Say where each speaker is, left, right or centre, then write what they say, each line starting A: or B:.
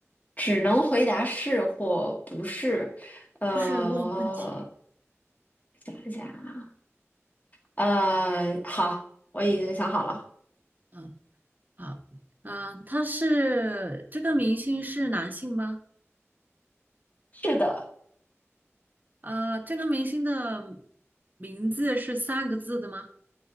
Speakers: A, on the left; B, on the right.
A: 只能回答是或不是。呃，
B: 就是问问题，
A: 想一下啊，呃，好，我已经想好了，
B: 嗯，好，嗯，他是这个明星是男性吗？
A: 是的，
B: 呃，这个明星的名字是三个字的吗？